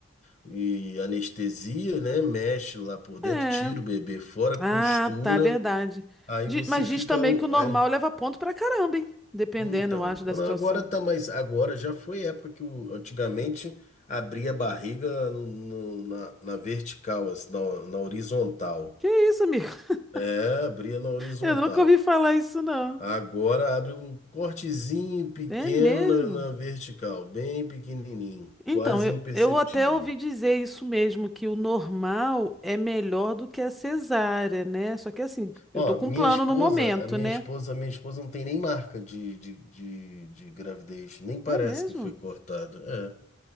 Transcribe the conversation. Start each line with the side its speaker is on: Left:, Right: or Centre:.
Left: e anestesia, né? Mexe lá por dentro,
Centre: É.
Left: tira o bebê fora, costura,
Centre: Ah, tá, é verdade.
Left: aí
Centre: Di-
Left: você
Centre: mas
Left: fica.
Centre: diz também
Left: o-
Centre: que o normal
Left: é,
Centre: leva ponto pra caramba, hein? Dependendo,
Left: Então,
Centre: eu acho, da situação.
Left: agora tá mais. Agora já foi época que o- antigamente abria a barriga no- no- na, na vertical, assim, na, na horizontal.
Centre: Que isso, amigo? <laughs>
Left: É, abria na horizontal.
Centre: Eu nunca ouvi falar isso, não.
Left: Agora abre um cortezinho pequeno
Centre: É mesmo?
Left: na, na vertical, bem pequenininho,
Centre: Então,
Left: quase
Centre: eu,
Left: imperceptível.
Centre: eu até ouvi dizer isso mesmo, que o normal é melhor do que a cesárea, né? Só que assim, eu
Left: Ó,
Centre: tô com
Left: minha
Centre: plano
Left: esposa,
Centre: no momento,
Left: a minha
Centre: né?
Left: esposa, a minha esposa não tem nem marca de, de, de, de gravidez, nem parece
Centre: É mesmo?
Left: que foi cortado. É,